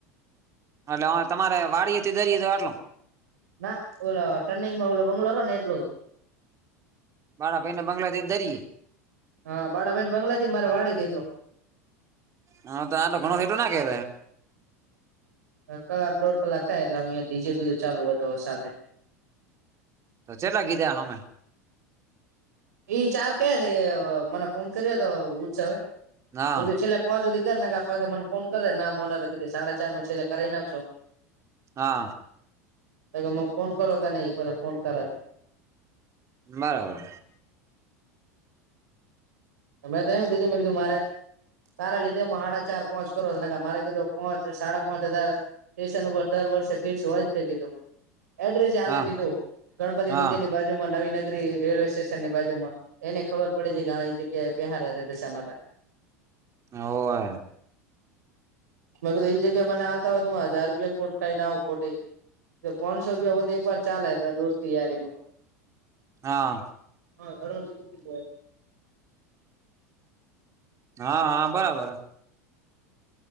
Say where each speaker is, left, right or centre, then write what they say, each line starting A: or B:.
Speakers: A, on the right; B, on the right.
A: એટલે અ તમારે વાડી થી દરીએ જ એટલુ
B: ના ઓલ ટર્નિંગ માં ઓલ બંગ્લોરો ને એટલો
A: બાડા ભાઈને બંગ્લાય થી દરીએ
B: હા બાડા બેેન બંગલા થી મારે વાળી દે એટલો
A: હા તો આ ઘણો હેટો ના કેે
B: કલાક દોઢ કલાક થાય એટલે અયા ડીજે બીધું ચાલુ હતો સાથે
A: તો ચેલા કીધા હામે
B: એ ચાર કે અ મને ફોન કર્યો તો ઉત્સવે
A: હા
B: છેલ્લે પચોદી કર નાખા પાહી મને ફોન કરે ના મને સાડા ચાર માં છેલ્લે કરી નાખશો
A: હા.
B: તય ગમ ફોન કરો ત ને એ બધા ફોન કરાવ
A: બરાબર.
B: તમે તો એમ કીધું મેં કીધું મારે તારા લીધે મ સાડા ચાર પોચ કરોને મારે કીધું પોંચ સાડા પોચ હજાર સ્ટેશન ઉપર દર વર્ષે ફિક્સ હોય જ છે કીધું એડ્રેસ ચાલે
A: હા
B: દીધું ગણપતિ
A: હા
B: મંદિર ની બાજુમાં નવી નગરી રેલવે સ્ટેશનની બાજુમાં એને ખબર પડે છે કે હ એ જગ્યા બિહારે છે દશા માતા
A: ઓ હે
B: મેં કીધું એ જગ્યા મને હાલતા હોય તો હુ હજાર રૂપિયા ખોટ ખાઈ ને આવ ખોટે તો પાણસો રૂપિયા વધે એક વાર ચાલે હતા દોસ્તી યારીમાં
A: હા.
B: હા હરહર <unintelligible>
A: હા હા બરાબર.